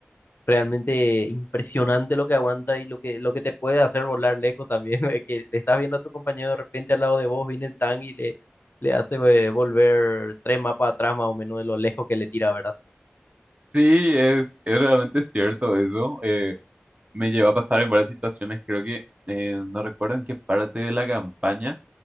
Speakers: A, on the left; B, on the right.
A: Realmente impresionante lo que aguanta y lo que, lo que te puede hacer volar lejos también, <laughs> es que le estás viendo a tu compañero de repente al lado de vos, viene el tank y le, le hace eh, volver tres mapas atrás más o menos de lo lejos que le tira, ¿verdad?
B: Sí, es, es realmente cierto eso. eh, me llevó a pasar en varias situaciones, creo que eh, no recuerdo en qué parte de la campaña